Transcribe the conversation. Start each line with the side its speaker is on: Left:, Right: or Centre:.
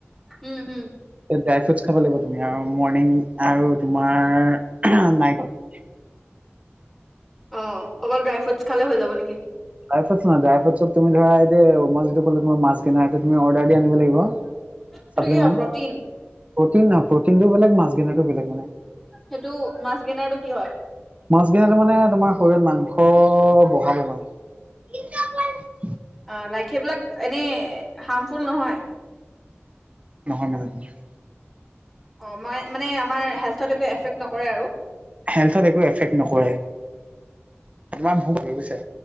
Centre: উ, হ।
Right: ড্ৰাই ফ্ৰুইটচ খাব লাগিব তুমি আৰু মৰ্নিং আৰু তোমাৰ নাইটত
Centre: অ' অকল ড্ৰাই ফ্ৰুইটচ খালে হৈ যাব নেকি?
Right: ড্ৰাই ফ্ৰুটচ নহয়, ড্ৰাই ফ্ৰুটচত তুমি ধৰা এই যে মই যিটো ক'লো তোমাৰ মাছ গেনাৰ হেটো তুমি অৰ্ডাৰ দি আনিব লাগিব।
Centre: সেইটো
Right: চাপ্লিমেণ্ট
Centre: কি হয় প্ৰ'টিন?
Right: প্ৰ'টিন নহয় প্ৰ'টিনটো বেলেগ মাছ গেইনাৰটো বেলেগ মানে।
Centre: সেটো মাছ গেইনাৰটো কি হয়?
Right: মাছ গেইনাৰটো মানে তোমাৰ শৰীৰত মাংস বহাব মানে।
Centre: অ' লাইক সেইবিলাক এনেই হাৰ্মফুল নহয়?
Right: নহয় <unintelligible>
Centre: অ, মই মানে আমাৰ হেল্থত একো এফেক্ট নকৰে আৰু।
Right: হেল্থত একো এফেক্ট নকৰে আমাৰ ভোক বা